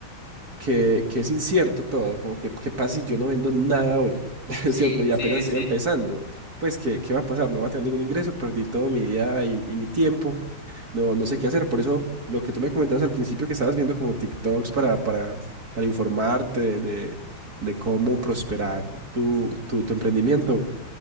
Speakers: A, on the right; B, on the left.
A: que, que es incierto todo, como que qué pasa si yo no vendo nada hoy, <laughs> es
B: Sí,
A: cierto, y
B: sí,
A: apenas estoy
B: sí.
A: empezando, pues ¿qué, qué va a pasar? No va a tener ningún ingreso, perdí todo mi día y, y mi tiempo, no, no sé qué hacer, por eso lo que tú me comentabas al principio que estabas viendo como TikToks para, para, para informarte de, de, de cómo prosperar tu, tu, tu emprendimiento.